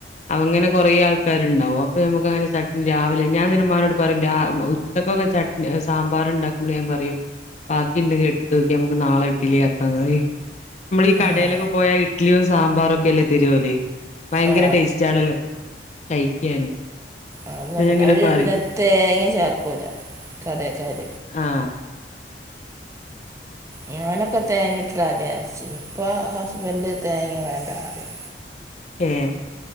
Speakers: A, on the left (about 40°); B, on the right (about 15°).
A: അങ്ങനെ കുറേ ആൾ ക്കാരുണ്ടാവ അപ്പൊ നമുക്ക് അങ്ങനെട്ട രാവിലെ ഞാൻ നിരുമാനോട് പറയും ഉച്ചക്കെ ചട്ട ഞാൻ സാമ്പാർ ഉണ്ടാക്കുമ്പോൾ ഞാൻ പറയൂ ബാക്കി ഉണ്ടെങ്കിൽ എടുത്ത് നോക്കിയാ നമുക്ക് നാളെ ഇഡലി ആക്കാ നമ്മൾ ഈ കടയിലൊക്കെ
B: ആ
A: പോയാ ഇ ഇഡ്ലിയും സാമ്പാറും ഒക്കെ അല്ലേ തതിരുവലേ ഭയങ്കര
B: ആ
A: ടേസ്റ്റ് ആണല്ലോ കഴിക്കാന്
B: അത്
A: അപ്പൊ ഞാൻ ഇങ്ങനെ
B: അവർ
A: പറയും
B: പിന്നെ തേങ്ങ ചേർക്കല കടയക്കാർ
A: ആഹ
B: ഞാനൊക്കെ തേങ്ങിട്ടിട്ടചാരിച്ച ഇപ്പോൾ ഹസ്ബൻഡ് തേങ്ങ വേണ്ട അറിം
A: ഏ